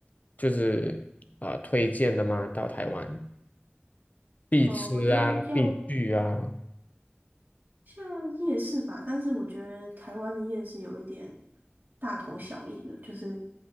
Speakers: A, on the left (about 40°); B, on the right (about 55°).
A: 就是啊、推荐的吗？到台湾必吃啊，
B: 哦我觉得要。
A: 必去啊。
B: 像夜市吧，但是我觉得台湾的夜市有一点大同小异的，就是